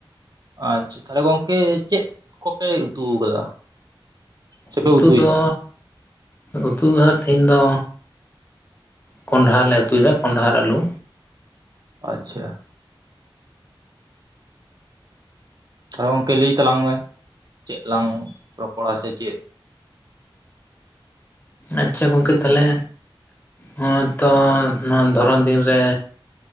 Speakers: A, on the right (about 50°); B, on the left (about 20°).
A: ᱟᱪᱪᱷᱟ ᱛᱟᱦᱚᱞᱮ ᱜᱚᱝᱠᱮ ᱪᱮᱫ ᱠᱚᱯᱮ ᱩᱛᱩ ᱟᱠᱟᱫᱟ ᱥᱮᱯᱮ
B: ᱩᱛᱩ
A: ᱩᱛᱩᱭᱮᱫᱟ
B: ᱫᱚ ᱩᱛᱩ ᱫᱚ ᱦᱟᱜ ᱛᱮᱦᱮᱧ ᱫᱚ ᱠᱚᱸᱰᱷᱟ ᱞᱮ ᱩᱛᱩᱭᱮᱫᱟ ᱠᱚᱸᱰᱷᱟ ᱟᱨ ᱟᱞᱩ
A: ᱟᱪᱪᱷᱟ ᱛᱚ ᱜᱚᱝᱠᱮ ᱞᱟᱹᱭ ᱛᱟᱞᱟᱝ ᱢᱮ ᱪᱮᱫ ᱞᱟᱝ ᱨᱚᱯᱚᱲᱟ ᱥᱮ ᱪᱮᱫ
B: ᱟᱪᱪᱷᱟ ᱜᱚᱢᱠᱮ ᱛᱟᱦᱚᱞᱮ ᱦᱚᱸᱛᱚ ᱱᱚᱣᱟ ᱫᱷᱚᱨᱚᱱ ᱫᱤᱱ ᱨᱮ